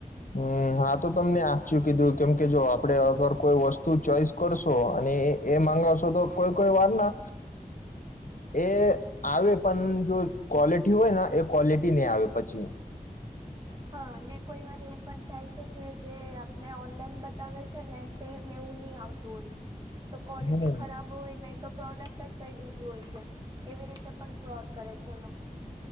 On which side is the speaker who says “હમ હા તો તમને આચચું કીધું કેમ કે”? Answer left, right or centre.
Left